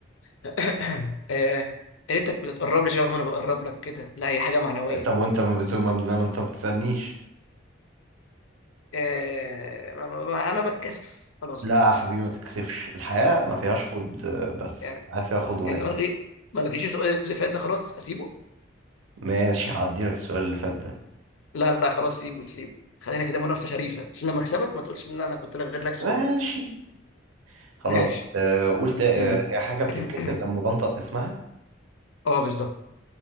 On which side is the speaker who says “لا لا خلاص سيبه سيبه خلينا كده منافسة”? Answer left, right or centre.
Left